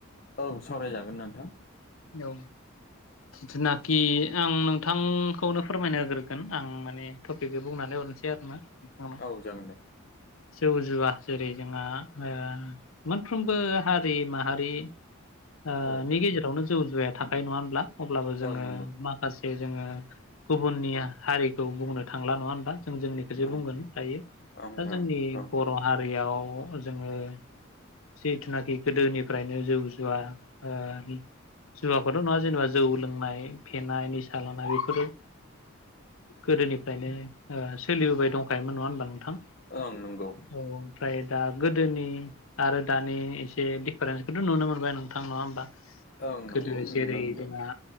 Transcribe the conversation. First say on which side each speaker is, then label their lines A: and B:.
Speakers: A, on the left; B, on the left.
A: औ सावरायजागोन नोंथां
B: औ जिथुनाखि आं नोंथांखौनो फोरमायनो होग्रोगोन आं माने टपिकखौ बुंनानै हरनोसै आरोना नोंथांनाव
A: औ जागोन दे
B: जौ जुवा जेरै जोंहा ओ मोनफ्रोमबो हारि माहारिनि ओ
A: औ
B: नि गेजेर आवनो जौ जुवाया थाखायो नङा होनब्ला अब्लाबो जोङो
A: ओं नंगौ
B: मा खासे जोङो गुबुननि हारिखौ बुंनो थांला नङा होनबा जों जोंनिखौसो
A: ओं
B: बुंगोन दायो
A: ओं
B: दा
A: ओं
B: जोंनि
A: ओं
B: बर' हारियाव जोङो जिथुनाखि गोदोनिफ्रायनो जौ जुवा ओ जुवाखौथ नुवा जेनेबा जौ लोंनाय फेनाय निसा लानाय बेफोरो गोदोनिफ्रायनो ओ सोलिबोबाय दंखायोमोन नङा होनबा नोंथां
A: ओं नंगौ।
B: औ ओमफ्राय दा गोदोनि आरो दानि एसे दिडिफारेन्सखौथ' नुनो मोनबाय नों थां नङा होमबा
A: ओं नंगौ
B: गोदो
A: नुनो
B: जेरै
A: मोनदों
B: जोङा